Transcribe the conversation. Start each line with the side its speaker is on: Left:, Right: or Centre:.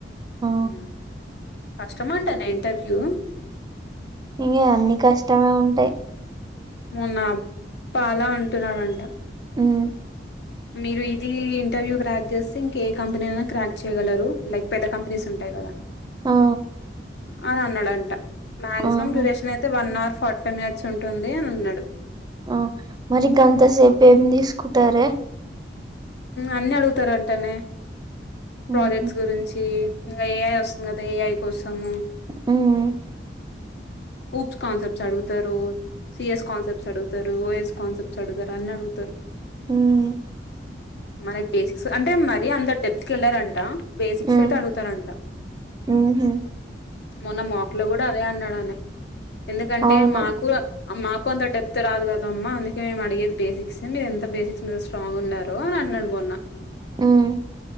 Right: ఆ
Left: ఉమ్ కష్టమంటానే ఇంటర్వ్యూ
Right: ఇంగ అన్నీ కష్టమే ఉంటయ్
Left: మూన్నా పాలా అంటున్నాడంట
Right: ఉమ్
Left: మీరు ఇదీ ఇంటర్వ్యూ క్రాక్ చేస్తే ఇంక ఏ కంపెనీనైనా క్రాక్ చేయగలరు లైక్ పెద్ద కంపెనీస్ ఉంటాయి గదా
Right: ఆ
Left: అని అన్నాడంట మాక్సిమం
Right: ఆహా
Left: డ్యూరేషన్ అయితే one hour forty five minutes ఉంటుంది అని అన్నాడు
Right: ఆ మరి గంతసేపు ఏం తీసుకుంటారే
Left: అన్ని అడుగుతారంటనే ప్రాజెక్ట్స్
Right: ఉహు
Left: గురించి ఇంకా ఏఐ వస్తుంది కదా ఏఐ కోసమూ
Right: ఉమ్
Left: ఊప్స్ కాన్సెప్ట్స్ అడుగుతారు సిఎస్ కాన్సెప్ట్స్ అడుగుతారు ఓఎస్ కాన్సెప్ట్ డుగుతారు అని అడుగుతారు
Right: ఉమ్
Left: మనకి బేసిక్స్ అంటే మ మరి అంత డెప్త్ కి వెళ్ళరంట బేసిక్స్
Right: ఉమ్
Left: అయితే అడుగుతారంట
Right: ఉహు
Left: మొన్న మోక్ లో కూడా అదే అన్నాడని ఎందుకంటే
Right: అవును.
Left: మాకు మాకు అంత డెప్త్ రాదు కదమ్మ అందుకే మేము అడిగేది బేసిక్స్ మీరు ఎంత బేసిక్స్ మీద స్ట్రాంగ్ ఉన్నారో అని అన్నడు మొన్న
Right: హ్మ్.